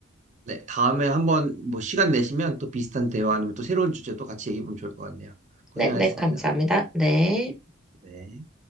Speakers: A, on the right; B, in the centre.
A: 네, 다음에 한번 뭐 시간 내시면 또 비슷한 대화 아니면 또 새로운 주제 또 같이 얘기해 보면 좋을 것 같네요. 고생하셨습니다.
B: 네, 네, 감사합니다. 네.
A: 네.